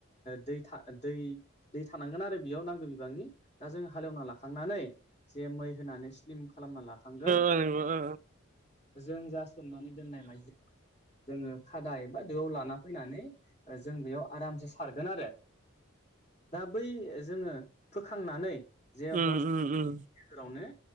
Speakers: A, on the left; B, on the right.
A: दै था दै दै थानांगोन आरो बेयाव नांगौ बिबांनि दा जों हालेवना लाखांनानै जे मै होनानै स्लिम खालामना लाख खांगोन
B: ओ नंगौ ओ
A: जों जा समनानै दोननाय माइजलि जोङो खादा एा दोआव लाना फैनानै जों बेयाव आरामसे सारगोन आरो। दा बै जोङो फोखांनानै जे
B: उम
A: हर गेजेरावनो
B: उम उम